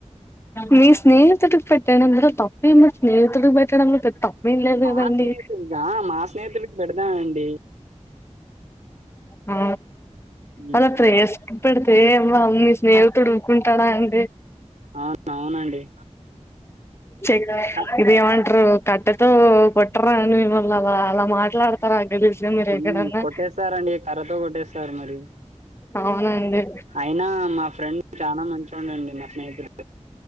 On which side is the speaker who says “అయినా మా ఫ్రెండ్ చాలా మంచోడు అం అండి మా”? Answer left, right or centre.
Right